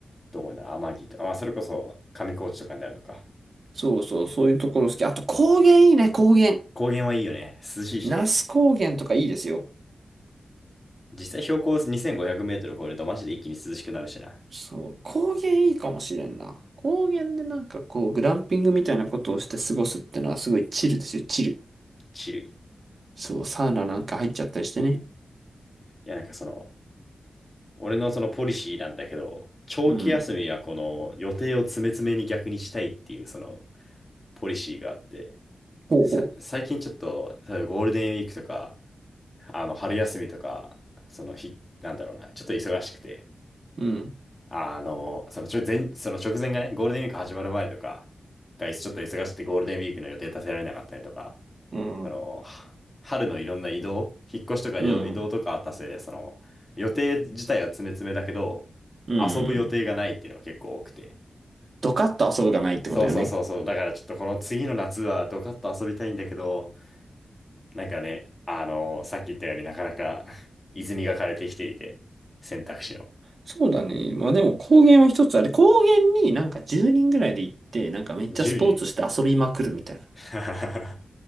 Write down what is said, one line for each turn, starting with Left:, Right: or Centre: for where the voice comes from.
Left: どこに、天城とか、まあ、それこそ上高地とかになるのか。
Right: そうそう、そういうところ好き。あと高原いいね、高原。
Left: 高原はいいよね。涼しいしね。
Right: 那須高原とかいいですよ。
Left: 実際標高2500メートル超えるとマジで一気に涼しくなるしな。
Right: そう、高原いいかもしれんな。高原でなんかこう、グランピングみたいなことをして過ごすってのはすごいチルですよ、チル。
Left: チルい。い
Right: そう、サウナなんか入っちゃったりしてね。
Left: や、なんかその、俺のそのポリシーなんだけど、長期休みはこの予定を詰め詰めに逆にしたいっていうその
Right: うん。
Left: ポリシーがあって、
Right: ほうほう。
Left: さ、最近ちょっと、例えばゴールデンウィークとか、あの、春休みとか、その日、なんだろうな、ちょっと忙しくて、
Right: うん。
Left: あの、そのちょ前、その直前がね、ゴールデンウィーク始まる前とか、がちょっと忙しくてゴールデンウィークの予定立てられなかったりとか、
Right: うん。
Left: その、春のいろんな移動、引っ越しとか移動移動とかあったせいで、
Right: うん。
Left: その、予定自体は詰め詰めだけど、
Right: うん。
Left: 遊ぶ予定がないっていうのが結構多くて。
Right: ドカッと遊ぶがないってことよね。
Left: そうそうそうそう。だからちょっとこの次の夏はドカッと遊びたいんだけど、なんかね、あのーさっき言ったようになかなか泉が枯れてきていて、選択肢の。
Right: そうだね。まあでも高原は一つあれ、高原になんか10人ぐらいで行って、なんかめっちゃスポーツして遊びまくるみたいな。
Left: 10人 <laughs>